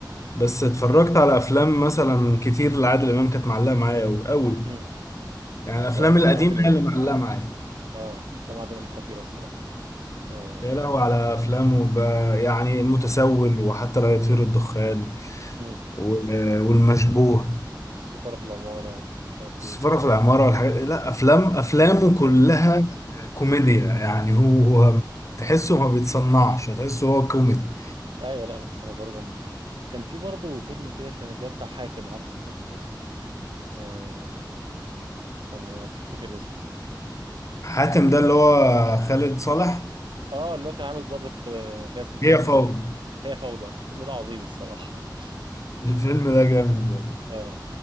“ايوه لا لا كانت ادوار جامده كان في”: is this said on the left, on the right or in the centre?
Right